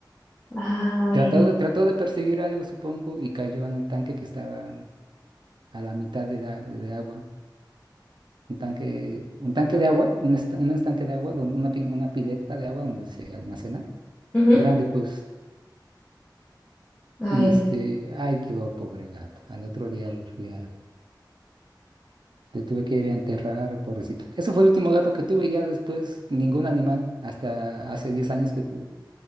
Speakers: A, on the left; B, on the right.
A: Ay.
B: Trató de, trató de perseguir algo, supongo, y cayó en el tanque que estaba a la mitad de, la- de agua. Un tanque, un tanque de agua, un, esta- un estanque de agua, don- una, pi- una pileta de agua donde se almacena.
A: Ujú.
B: grande, pues,
A: Ay,
B: y este,
A: Dios.
B: ay, quedó el pobre gato. Al otro día lo fui a, le tuve que ir a enterrar, pobrecito. Ese fue el último gato que tuve, ya después ningún animal, hasta hace 10 años que, te-